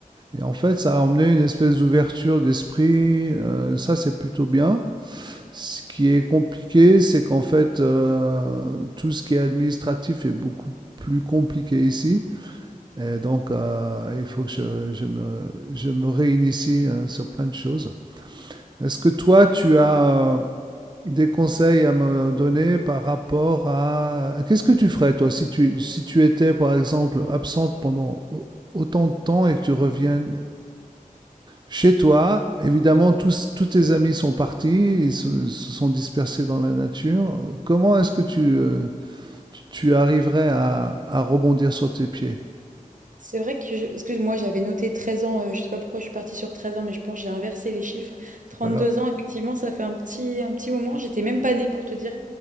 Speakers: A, on the right; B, on the right.
A: Et en fait, ça a emmené une espèce d'ouverture d'esprit. Euh, ça, c'est plutôt bien. Ce qui est compliqué, c'est qu'en fait, euh, tout ce qui est administratif est beaucoup plus compliqué ici. Et donc, euh, il faut que je, je me, je me réinitie euh, sur plein de choses. Est-ce que toi, tu as euh, des conseils à me donner par rapport à... Qu'est-ce que tu ferais, toi, si tu, si tu étais, par exemple, absente pendant autant de temps et que tu reviennes chez toi, évidemment, tous, tous tes amis sont partis, ils se, se sont dispersés dans la nature. Comment est-ce que tu, euh, tu, tu arriverais à, à rebondir sur tes pieds
B: C'est vrai que je excuse-moi, j'avais noté 13 ans, heu, je sais pas pourquoi je suis partie sur 13 ans, mais je pense que j'ai inversé les chiffres. 32
A: C'est pas grave.
B: ans, effectivement, ça fait un petit un petit moment. J'étais même pas née pour te dire.